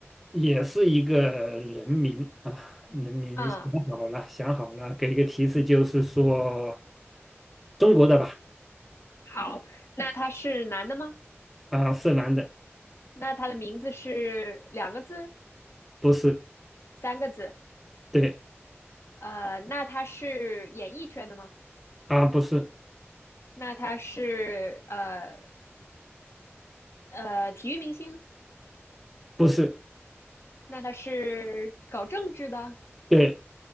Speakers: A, in the centre; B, on the left.
A: 也是一个人名啊，人名想好了，
B: 啊，
A: 想好了，给一个提示，就是说中国的吧，
B: 好，那他是男的吗？
A: 啊，是男的，
B: 那他的名字是两个字、
A: 不是，
B: 三个字？
A: 对，
B: 呃，那他是演艺圈的吗？
A: 啊，不是，
B: 那他是呃呃体育明星
A: 不是，
B: 那他是搞政治的，
A: 对，